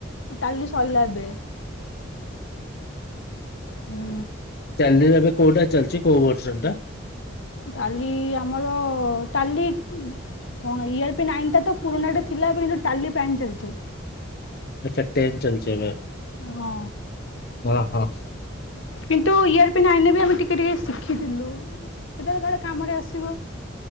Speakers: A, on the left; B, on the left.
A: ଟାଲି ସଇଲା ଏବେ। ହୁଁ
B: ଟାଲିରେ ଏବେ କୋଉଟା ଚାଲିଛି କୋଉ ବସନ୍ ଟା?
A: ଟାଲି ଆମର ଟାଲି କଣ ଇୟର ପି ନାଇନ ଟା ତ ପୁରୁଣାଟେ ଥିଲା କିନ୍ତୁ ଟାଲି ପ୍ରାଇମ ଚାଲିଛି।
B: ଆଚ୍ଛା ଟେନ ଚାଲିଚି ଏବେ।
A: ହଁ
B: ଓହୋ ହଁ
A: କିନ୍ତୁ ଇର ପି ନାଇନେ ରେ ବି ଆମେ ଟିକେ ଟିକେ ସି ସିଖିଥିଲୁ କେତେବେଳେ କାଳେ କାମରେ ଆସିବ।